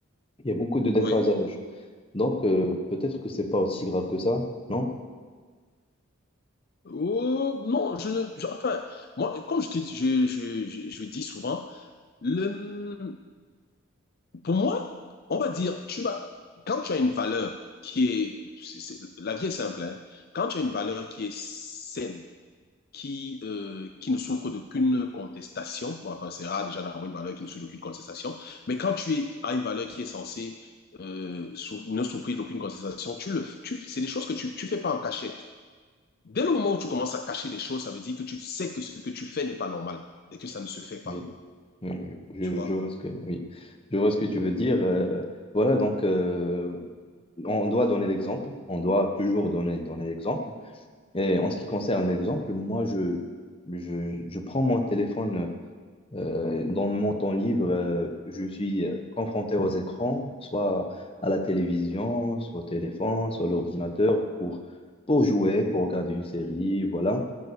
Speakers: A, on the left; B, on the left.
A: Il y a beaucoup de déphasage.
B: oui.
A: Donc, euh, peut-être que c'est pas aussi grave que ça, non?
B: Oh, non, je ne. je- enfin, moi, comme je te dis, je, je, je, je dis souvent, le, pour moi, on va dire, tu vas, quand tu as une valeur qui est, c'est- c'est- la vie est simple, hein. quand tu as une valeur qui est saine, qui, euh, qui ne souffre d'aucune contestation, bon, enfin, c'est rare déjà d'avoir une valeur qui ne souffre d'aucune contestation, mais quand tu es, as une valeur qui est censée euh, sou- ne souffrir d'aucune contestation, tu le, tu, c'est des choses que tu, tu fais pas en cachette. Dès le moment où tu commences à cacher des choses, ça veut dire que tu sais que ce que tu fais n'est pas normal et que ça ne se fait pas.
A: Oui, oui, oui, je,
B: Tu vois?
A: je vois ce que, oui, je vois ce que tu veux dire. euh, voilà, donc euh, on doit donner l'exemple, on doit toujours donner, donner l'exemple. Et en ce qui concerne l'exemple, moi, je, je, je prends mon téléphone euh, dans mon temps libre, euh, je suis euh, confronté aux écrans, soit à la télévision, soit au téléphone, soit à l'ordinateur, pour, pour jouer, pour regarder une série, voilà.